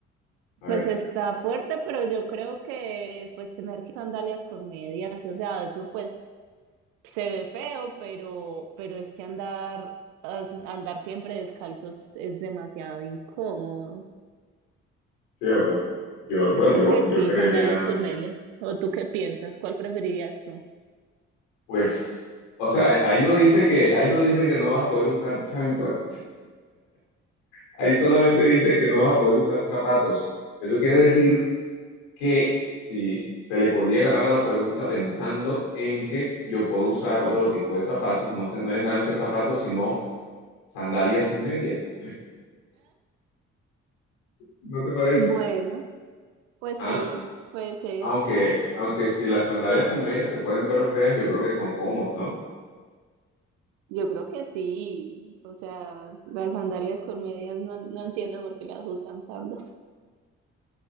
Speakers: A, on the left (about 70°); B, on the right (about 70°).
A: A ver,
B: Pues está fuerte, pero yo creo que pues tener que sandalias con medias, o sea, eso pues se ve feo, pero, pero es que andar, as- andar siempre descalzos es demasiado incómodo.
A: cierto. Yo,
B: Yo
A: bueno,
B: creo
A: yo,
B: que sí,
A: yo creería,
B: sandalias con medias. ¿O tú qué piensas? ¿Cuál preferirías tú?
A: pues, o sea, ahí ahí no dice que, ahí no dice que no vas a poder usar chanclas. <laughs> Ahí solamente dice que no vas a poder usar zapatos. Eso quiere decir que si se le podría agarrar a la pregunta pensando en que yo puedo usar otro tipo de zapatos, no, sé- no necesariamente zapatos, sino sandalias sin medias. ¿No te parece?
B: <laughs> Bueno, pues
A: Ah,
B: sí, puede ser.
A: aunque, aunque si las sandalias con medias se pueden ver feas, yo creo que son cómodas, ¿no?
B: Yo creo que sí, o sea, las sandalias con medias no, no entiendo por qué las juzgan tanto. <laughs>